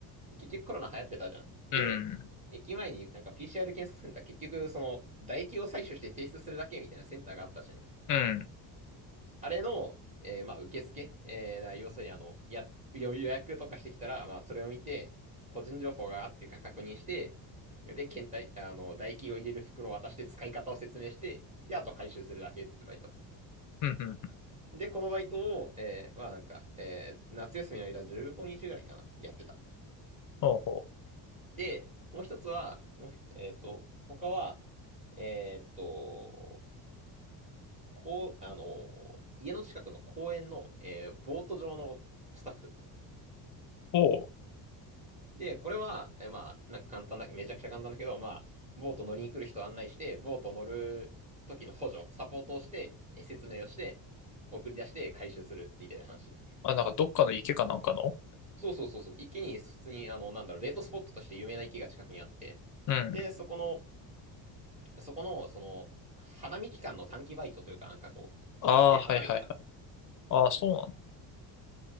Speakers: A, on the right; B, on the left.
A: 結局コロナ流行ってたじゃん。で、
B: うん。
A: 駅前になんか PCR 検査センター、結局、その、唾液を採取して提出するだけみたいなセンターがあったじゃん。
B: うん。
A: あれの、えーまあ、受付、えーだから要するにあの、や、予予約とかしてきたら、まあ、それを見て、個人情報があっていうか確認して、で、検体、あの、唾液を入れる袋を渡して使い方を説明して、で、あと回収するだけってバイト。
B: うん。うん。
A: で、このバイトを、えーまあなんか、えー夏休みの間15日ぐらいかな、やってた。
B: ほうほう。
A: で、もう一つは、もう、えーっと、他は、えーっと、こう、あの、家の近くの公園の、えーボート場のスタッフ。
B: ほう。
A: で、これは、え、まあ、なんか簡単だけど、めちゃくちゃ簡単だけど、まあ、ボート乗りに来る人を案内して、ボート乗る時の補助、サポートをして、え説明をして、送り出して回収するみたいな話。
B: あ、なんかどっかの池かなんかの
A: そうそうそうそう。池に、普通に、あの、なんだろう、デートスポットとして有名な池が近くにあって、
B: うん。
A: で、そこの、そこの、その、花見期間の短期バイトというか、なんかこう、人として働いてた。
B: ああ、はいはいはい。ああ、そうなんだ。